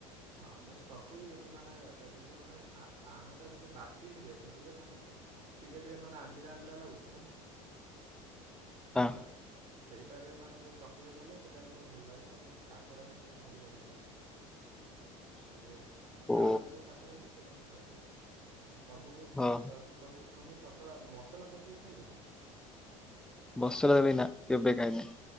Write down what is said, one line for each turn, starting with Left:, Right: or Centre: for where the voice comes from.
Right: ହଁ ମାନେ ଚକୁଳି ଯଦି ମାନେ ଯଦି ମାନେ ଆଣ ଟା ଯଦି ବାସି ହେଇଯାଇଥିବ ଟିକେ ମାନେ ଟିକେ ଟିକେ ମାନେ ଆମ୍ବିଳା ଆମ୍ବିଳା ଲାଗୁଥିବ।
Centre: ହଁ
Right: ହେଲା। ସେଇଟାରେ ମାନେ ଯୋଉ ଚକୁଳି କଲେ ସେଇଟା ମତେ ଭଲ ଲାଗେ ଆଉ ମତେ କାକରା ପିଠା ବି ଭାରି ବଢିଆ ଲାଗେ।
Centre: <inaudible>
Right: ଆଉ ଯଉ
Centre: ଓ
Right: ତାଳରେ ଯୋଉ କାକରା ହେଇଥିବ ସେଇଟା ମୋର ଫେବରଟ। ତମକୁ
Centre: ହଁ
Right: ତ ତମକୁ ଚକୁଳା ମସଲା ଚକୁଳି ଖାଇଛ ନା?
Centre: ଅସଲା ବି ନା କେବେ ଖାଇନି।